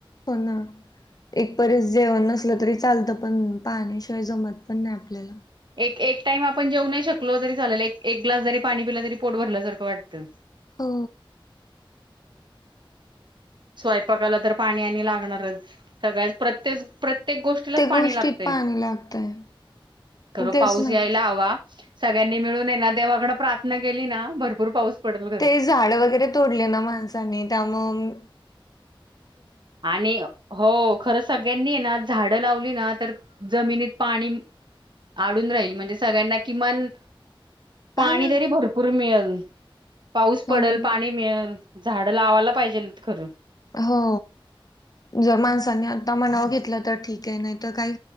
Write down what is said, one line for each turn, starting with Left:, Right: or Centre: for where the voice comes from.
Left: हा, एक परीस जेवण नसलं तरी चालतं पण पाण्याशिवाय जमत पण नाही आपल्याला
Right: ए एक टाइम आपण जेऊ नाही शकलो तरी चालेल एक एक ग्लास जरी पाणी पिलं तरी पोट भरल्यासारखं वाटत.
Left: हो.
Right: स्वयपाकाला तर पाणी आणि लागणारच सगळ्यास प्रत्येस प्रत्येक गोष्टीलाच पाणी
Left: गोष्टीत
Right: लागतय
Left: पाणी लागतंय.
Right: खरो
Left: तेच
Right: पाऊस
Left: ना.
Right: यायला हवा. सगळ्यांनी मिळून हेना देवाकडं प्राथना केली ना भरपूर पाऊस पडेल खरं.
Left: ते झाड वगैरे तोडले ना माणसांनी त्यामंग
Right: आणि हो. खरं सगळ्यांनी ना, झाड लावली ना, तर जमिनीत पाणी अडून राहील, म्हणजे सगळ्यांना किमान पाणी
Left: हा ना,
Right: तरी भरपूर मिळलं. रिकामा ऑडिओ पाऊस पडलं.
Left: हो ना.
Right: पाणी मिळलं. झाडं लावायला पायजेलत खरं.
Left: हो, जर माणसानी आता मनावर घेतलं तर ठीक आहे. नायतर काय